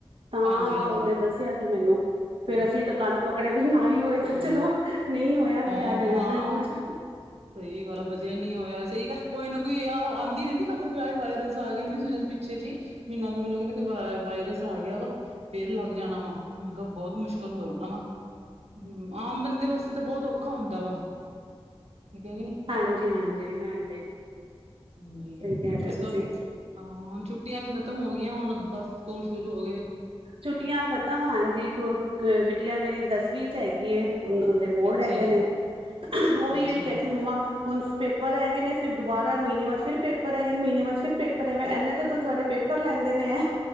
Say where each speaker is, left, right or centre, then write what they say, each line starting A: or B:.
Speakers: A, on the right; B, on the right.
A: ਤਾਂ
B: ਹਾਂਜੀ ਹਾਂਜੀ
A: ਉਹਨੇ ਦੱਸਿਆ ਸੀ ਮੈਨੂੰ ਫੇਰ ਅਸੀਂ ਤਾਂ ਕੰਨ ਪਕੜੇ ਵੀ ਨਾ ਨਹੀਂ ਹੋਏ ਤਾਂ
B: ਹਾਂਜੀ
A: ਚਲੋ ਨਹੀਂ ਹੋਇਆ
B: ਹਾਂ
A: ਫਿਲਹਾਲਵੇ
B: ਹਾਂ
A: ਤੇ ਕੁਛ
B: ਸਹੀ ਗੱਲ ਆ ਵਧੀਆ ਨੀ ਹੋਇਆ। ਸਹੀ ਗੱਲ ਕੋਈ ਨਾ ਕੋਈ ਆਹ ਆਉਂਦੀ ਰਹਿੰਦੀ ਖ਼ਬਰ ਵਿਆ ਵਾਇਰਸ ਆ ਗਿਆ। ਮੈਂ ਸੁਣਿਆ ਸੀ ਪਿੱਛੇ ਜ ਮਹੀਨਾ ਤੋਂ ਮੈਨੂੰ ਕਹਿੰਦੇ ਕੋਈ ਵਾਇਰਸ ਆ ਗਿਆ ਵਾ ਫੇਰ ਲੱਗ ਜਾਣਾ ਵਾ। ਮੈਂ ਕਿਹਾ ਬਹੁਤ ਮੁਸ਼ਕਿਲ ਹੋ ਜਾ ਨਾ ਵਾ। ਹੂੰ, ਆਮ ਬੰਦੇ ਵਾਸਤੇ ਤਾਂ ਬਹੁਤ ਔਖਾ ਹੁੰਦਾ ਵਾ। ਗਈ।
A: ਹਾਂਜੀ ਹਾਂਜੀ ਹਾਂਜੀ
B: ਹਾਂ
A: ਸਹੀ ਕਹਿ ਰਹੇ ਹੋ ਤੁਸੀਂ
B: ਹਾਂ ਛੁੱਟੀਆਂ ਵੀ ਖ਼ਤਮ ਹੋ ਗਈਆਂ ਹੁਣ ਬਸ ਸਕੂਲ ਸ਼ੁਰੂ ਹੋ ਗਏ।
A: ਛੁੱਟੀਆਂ ਖ਼ਤਮ ਹਾਂਜੀ ਕੋ ਅ ਬਿਟਿਆ ਮੇਰੀ ਦਸਵੀਂ ਚ ਹੈਗੀ ਏ। ਦੇ
B: ਅੱਛਾ
A: ਬੋਰਡ ਹੈਗੇ
B: ਜੀ,
A: ਨੇ ਉਹ ਵੀ
B: ਅੱਛਾ
A: ਇਹ ਹੀ ਕਹਿ
B: ਜੀ,
A: ਰਹੀ ਸੀ ਮੰਮਾ ਹੁਣ ਪੇਪਰ ਹੈਗੇ ਨੇ ਫਿਰ ਦੁਬਾਰਾ ਮਹੀਨੇ ਬਾਅਦ ਫਿਰ ਪੇਪਰ ਹੈਗੇ ਨੇ ਮਹੀਨੇ ਬਾਅਦ ਫਿਰ ਪੇਪਰ ਹੈਗੇ ਇੰਨੇ ਤਾਂ ਤੁਂ ਸਾਡੇ ਪੇਪਰ ਲੈਂਦੇ। ਦੇ ਨੇ ਆ।